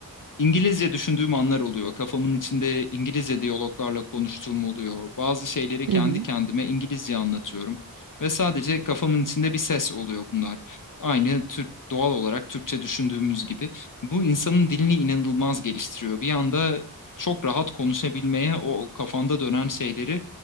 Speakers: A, on the left; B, on the right.
A: İngilizce düşündüğüm anlar oluyor. Kafamın içinde İngilizce diyaloglarla konuştuğum oluyor. Bazı şeyleri
B: <laughs>
A: kendi
B: Hı hı.
A: kendime İngilizce anlatıyorum ve sadece kafamın içinde bir ses oluyor bunlar. Aynı Türk doğal olarak Türkçe düşündüğümüz gibi. Bu insanın dilini inanılmaz geliştiriyor. Bir anda çok rahat konuşabilmeye, o kafanda dönen şeyleri